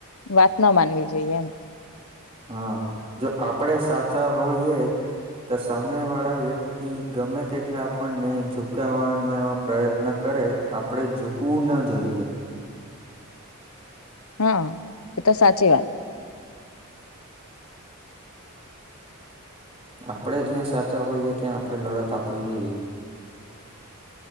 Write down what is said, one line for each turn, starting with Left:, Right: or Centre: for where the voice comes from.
Left: વાત ના માનવી જોઈએ એમ.
Right: હા જો આપડે સાચા હોઈએ તો સામે વાળા વ્યક્તિ ગમે તેટલે આપણને ઝુકવાનો પ્રયત્ન કરે આપણેે ઝૂકવું ના જોઈએ.
Left: હા એ તો સાચી વાત.
Right: આપડે જ્યાં સાચા હોઈએ ત્યાં આપડે લડત આપવી જોઈએ.